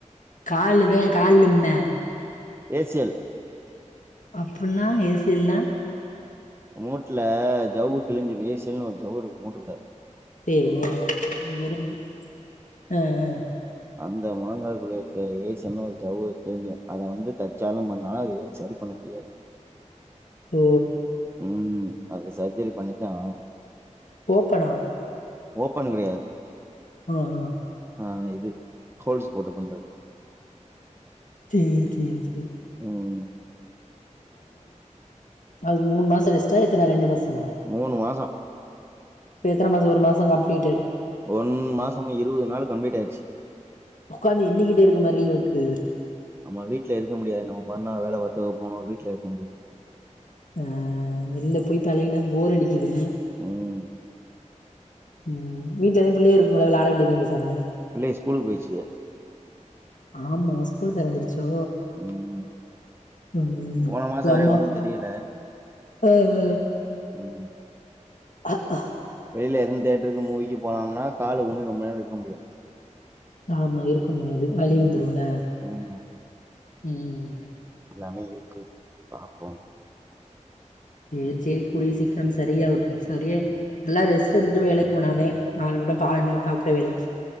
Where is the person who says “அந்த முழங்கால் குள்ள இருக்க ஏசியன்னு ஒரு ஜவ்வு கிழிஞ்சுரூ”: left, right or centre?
Right